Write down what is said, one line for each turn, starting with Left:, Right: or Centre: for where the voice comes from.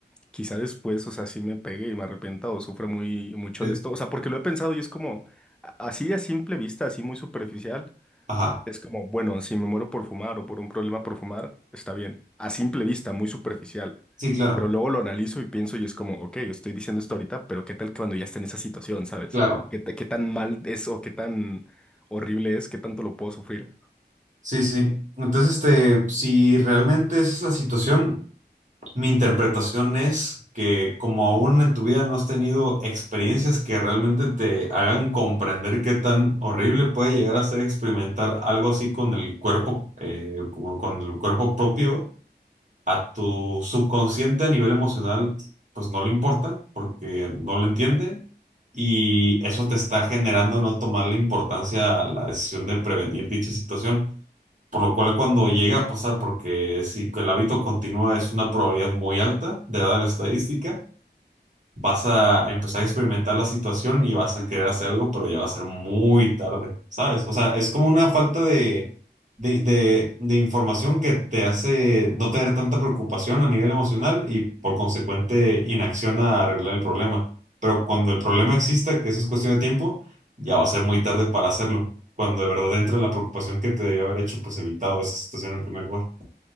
Centre: quizá después, o sea, sí me pegue y me arrepienta o sufra muy mucho
Right: Eh,
Centre: de esto. O sea, porque lo he pensado y es como a- así a simple vista, así muy superficial.
Right: Ajá,
Centre: Es como, bueno, si me muero por fumar o por un problema por fumar, está bien. A simple vista, muy superficial.
Right: sí, claro,
Centre: Pero luego lo analizo y pienso y es como, ok, estoy diciendo esto ahorita, pero ¿qué tal que cuando ya esté en esa situación, ¿sabes?
Right: claro.
Centre: ¿Qué, ta- qué tan mal es o qué tan horrible es? ¿Qué tanto lo puedo sufrir?
Right: Sí, sí. Entonces, este, si realmente esa es la situación, Mi interpretación es que como aún en tu vida no has tenido experiencias que realmente te hagan comprender qué tan horrible puede llegar a ser experimentar algo así con el cuerpo, eh, como con el cuerpo propio, a tu subconsciente a nivel emocional, pues no le importa porque no lo entiende y eso te está generando no tomarle importancia a la decisión de prevenir dicha situación por lo cual cuando llega a pasar, porque si el hábito continúa es una probabilidad muy alta de dada la estadística, vas a empezar a experimentar la situación y vas a querer hacer algo, pero ya va a ser muy tarde, ¿sabes? O sea, es como una falta de, de, de- de información que te hace no tener tanta preocupación a nivel emocional y por consecuente inacción a arreglar el problema. Pero cuando el problema exista, que eso es cuestión de tiempo, ya va a ser muy tarde para hacerlo. Cuando de verdad entra la preocupación que te debió haber hecho, pues evitado esa situación en primer lugar.